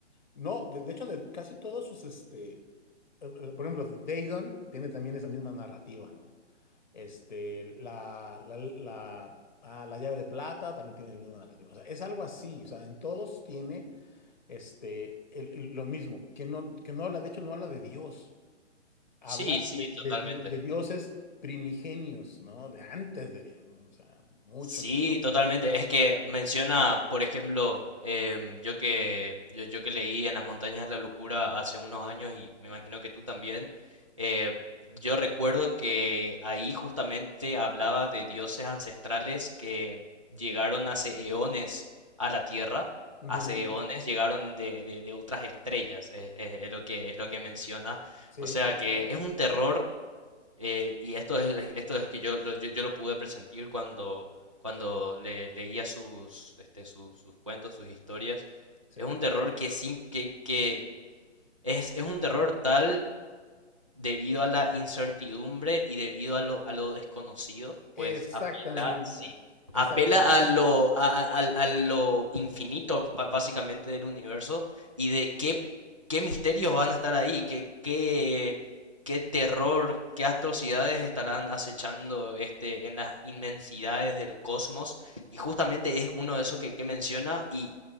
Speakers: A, on the left; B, on the right.
A: No, de, de hecho, de casi todos sus, este, eh, eh, por ejemplo, Dagon tiene también esa misma narrativa, ¿no? Este, la, la, la, ah, la llave de plata también tiene la misma narrativa. O sea, es algo así, o sea, en todos tiene este, el- el- lo mismo, que no, que no habla, de hecho, no habla de Dios, habla
B: Sí, sí,
A: de,
B: totalmente.
A: de di- de dioses primigenios, ¿no? De antes de Dios, ¿no? O sea, mucho,
B: Sí,
A: mucho.
B: totalmente. Es que menciona, por ejemplo, em, yo que yo, yo que leí En las montañas de la locura hace unos años y me imagino que tú también, eh, yo recuerdo que ahí justamente hablaba de dioses ancestrales que llegaron hace eones a la Tierra,
A: Ujú,
B: hace Ujú. eones llegaron de, de- de otras estrellas, es, es- es lo que es lo que menciona.
A: Sí,
B: O sea que es un terror eh, y esto es, esto es que yo lo, yo, yo lo pude presentir cuando, cuando le, leía sus, este, sus, sus cuentos, sus historias.
A: sí.
B: Es un terror que, sin, que, que es, es un terror tal debido a la incertidumbre y debido a lo, a lo desconocido, pues
A: Exactamente,
B: apela
A: exactamente.
B: apela a lo, a, a- al- a lo infinito básicamente del universo y de qué, qué misterios van a estar ahí, qué, qué, qué terror, qué atrocidades estarán acechando este, en las inmensidades del cosmos. Y justamente es uno de esos que, que menciona y